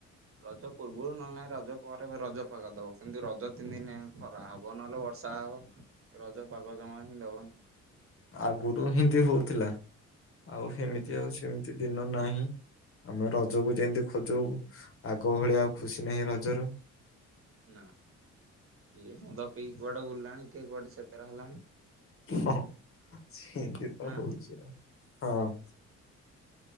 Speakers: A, on the right; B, on the left.
A: ରଜ ପୂର୍ବୁରୁ ନହେଲେ ନାହିଁ ରଜପରେ ରଜପାଗ ଦବ କିନ୍ତୁ ରଜ ତିନି ଦିନିଆଙ୍କ ଖରା ହବ ନହେଲେ ବର୍ଷାହବ ରଜପାଗ ଜମାହିଁ ଦବନି।
B: ଆଗୁରୁୁହିଁ ଏମିତି ହଉଥିଲା ଆଉ ସେମିତି
A: ହୁଁ
B: ଆଉ ସେମି ସେଦିନ ନାହିଁ ଆମେ ରଜକୁ ଯେମିତି ଖୋଜୁ। ଆଗ ଭଳିଆ ଆଉ ଖୁସିନାହିଁ ରଜର
A: ନାଁ କିଏ ମଦ ପିଇକି କୁଆଡେ ବୁଲିଲାଣି କିଏ କୁଆଡେ ସେଟେଲ ହେଲାଣି।
B: ହଁ ସେମିତିତ
A: ନା
B: ହଉଛି ଆଉ ହଁ।